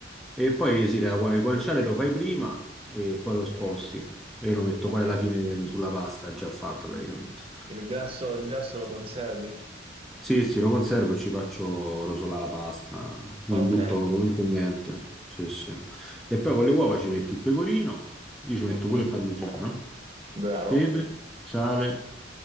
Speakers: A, in the centre; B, on the right.
A: E poi sì, la- il guanciale lo fai prima e poi lo sposti
B: Sì,
A: e lo metto
B: Ok.
A: poi alla fine sulla pasta già fatta praticamente.
B: Il grasso, il grasso lo conservi?
A: Sì, sì, lo conservo e ci faccio rosolare la pasta, non
B: Ok.
A: butto comunque niente. Sì, sì. E poi con le uova ci metti il pecorino, io ci metto
B: Mhm.
A: pure il parmigiano,
B: Bravo.
A: pepe, sale,